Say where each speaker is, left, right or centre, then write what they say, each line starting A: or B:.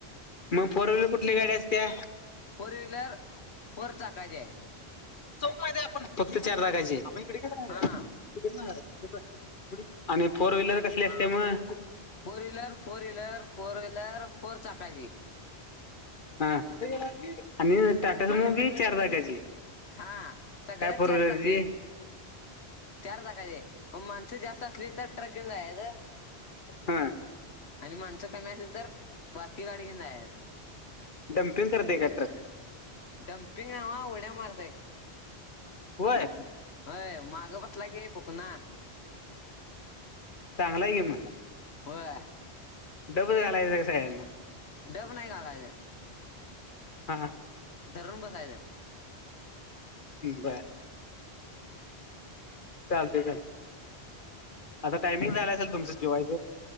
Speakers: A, on the left; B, on the left.
A: मग फोर व्हीलर कुठली गाडी असत्या?
B: फोर व्हहीलर, फोर चाकाची आहे.
A: चौक माहित आहे आपण, फक्त चार जागाची आप इकडे काय रहाय
B: हा
A: आहे. आणि फोर व्हीलर कसले असते मग?
B: Four wheeler, four wheeler, four wheeler, four चाकाची.
A: हा काय, ह टाटा सुमो बि चार चाकाची.
B: हा सगळं
A: फोर
B: चारचाकी.
A: व्हीलरची
B: चार चाकाचे माणसं जास्त असली तर ट्रक येऊन जायच.
A: हम्म.
B: आणि माणसं कमी असेल तर बारकी गाडीन घेऊन जायाच.
A: डम्पिंग तेन करते का ट्रक?
B: डंपिंग हा ऊड्या मारतेई.
A: होय.
B: होय मांग बसला की बोकना.
A: चांगला आहे की मग.
B: बया.
A: डब घालायच का सयांनी.
B: डब नाही घालायचं.
A: हां..
B: धरून बसायचं.
A: बरं. चालतेय, चालते आता टायमिंग झाला असेल तुमचं जेवायच?